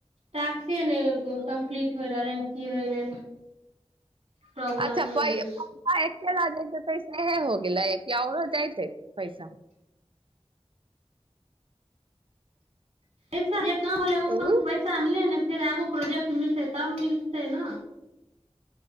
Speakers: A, on the right (about 85°); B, on the right (about 55°).
A: टास्स ने कम्प्लीट होय रहलै हन की होय गेलै प्रॉब्लम
B: अच्छा
A: होइ
B: प
A: गेल
B: एक ल पैसे हे हो गेल याव दयते पैसा
A: ई सारि काँ बल ओऊ
B: उ
A: क पैसा मिले ने फेर एगो प्रोजेक्ट मिलतै तब मिलतै न